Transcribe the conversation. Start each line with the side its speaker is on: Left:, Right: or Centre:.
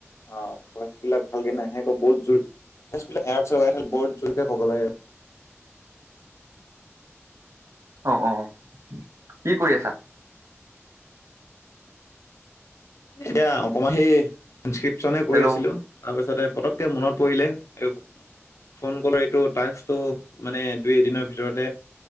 Left: অ ভইচবিলাক ভালকে নাহে আকৌ বহুত জোৰ ভইচবিলাক এ বহুত জোৰকে ক'ব লাগে।
Right: অ অ অ, কি কৰি আছা?
Left: এতিয়া অকণমান সেই ইনসক্ৰিপশ্যনে কৈ
Right: হেল্ল'
Left: আছিলোঁ।
Right: অ',
Left: তাৰপিছতে পতককে মনত পৰিলে এই ফোন কলৰ এইটো টাস্কটো মানে দুই এদিনৰ ভিতৰতে